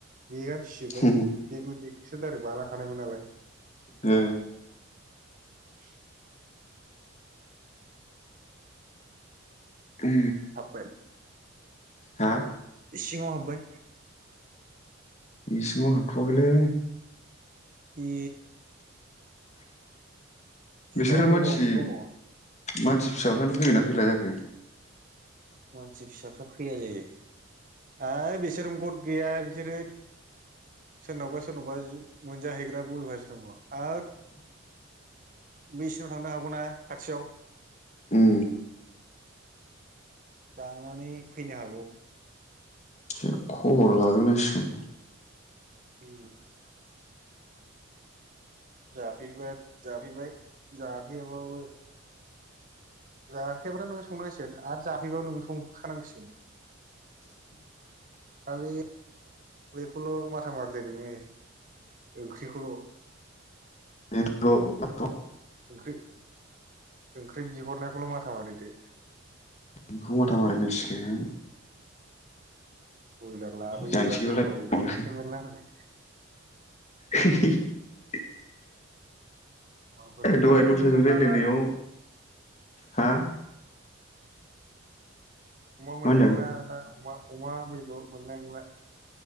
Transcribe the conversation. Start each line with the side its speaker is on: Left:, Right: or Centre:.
Right: बेगा सिजोबो
Left: ओ
Right: बेबादि बिसोर दायरेक बालां खानायमोनालाय।
Left: ओ
Right: <inaudible> <unintelligible>
Left: ओ
Right: हाबबाय
Left: हा
Right: सिङाव हाबबाय।
Left: इसिङाव हाबथ'आखैलै।
Right: ए
Left: बिसोरो
Right: दाबो
Left: मानसि
Right: बावनो दङ।
Left: मानसि फिसाफ्रानो फैगोना फैला जाखो?
Right: मानसि फिसाफ्रा फैया जायो आरो बिसोर गट गैया बिसोरो सोरनावबा सोरनावबा मोनजाहैग्रा बो अयभास दङ आरो बिसिनाव थांनो हागौना खाथियाव।
Left: उम
Right: जानानै फैनो हागौ।
Left: एसे <unintelligible>
Right: उम जाफैबा जाफैबाय जाफैयाबाबो जाफैबायाबाबोथ' नोङो संनांसिगोन आरो जाफैबाबो नोंनो संखानांसिगोन। दा बे बेखौल' माथा मारिदो नोङो ओंख्रिखौल'।
Left: बेनोथ'
Right: ओंख्रि ओंख्रि बिहरनायखौल' माथा मारिदो।
Left: बेखौ माथा मारि नांसिगोन।
Right: बयलार लाबोयोबा
Left: जानोसैबालाय
Right: गोथाव संसै मोनलां होननाय।
Left: <unintelligible>
Right: अमाफोर
Left: दहाय
Right: अमा खिन्थु
Left: दस्राजों
Right: मोनला
Left: राय्लायनायाव
Right: दा
Left: हा
Right: अमा मोननाया
Left: होनदों
Right: अमा। अमा बेदर मोननाय नोंला।